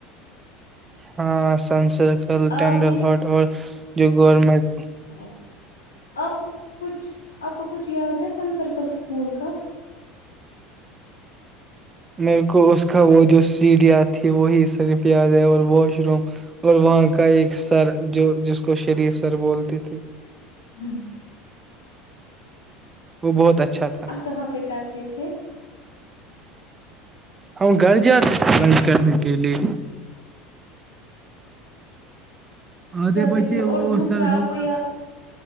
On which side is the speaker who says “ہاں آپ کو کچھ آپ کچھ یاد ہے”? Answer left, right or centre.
Left